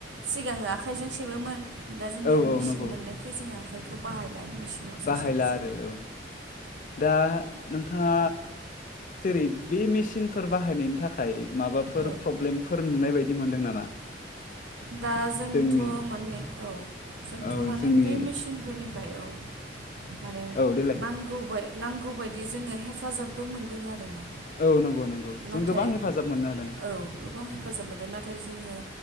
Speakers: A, on the right; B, on the left.
A: सिगाङो आखाइजों सेबोमोन दा जोंना
B: औ
A: मेसिन
B: औ नंगौ
A: मोननायखाय जोङो आखाइखौ बाहाय लार मेसिनावसो
B: बाहायला
A: सेब सै
B: आरो औ दा नोंथाङा जेरै बे मेसिनफोर बाहायनायनि थाखाय माबाफोर
A: औ
B: प्रब्लेमफोर नुनाय बायदि मोनदों नामा। <unintelligible>
A: दा जोंथ'
B: जोंनि
A: माने औ। जोंथ'
B: औ
A: माने
B: जोंनि
A: बे मेसिनफोरनिफ्राय औ माने
B: औ देलाय
A: नांगौबाय नांगौबायायदि जोङो हेफाजाबबो मोनदों आरोना।
B: औ नंगौ। नंगौ
A: नाथाय
B: जों गोबां हेफाजाब मोननो हादों
A: औ गोबां हेफाजाब मोनदों नाथाय जोङो